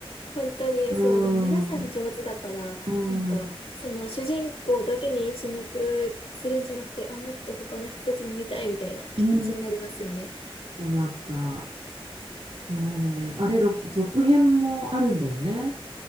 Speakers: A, on the left (about 80°); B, on the right (about 80°).
A: 本当にそう、
B: うーん。
A: でも皆さん上手だから、
B: う
A: なんか、
B: ん。
A: その主人公だけに注目するんじゃなくて、あ、もっと他の人たちも見たいみたいな気持ちになりますよね。
B: うん。だなった。えーあれ、ろ続編もあるんだよね。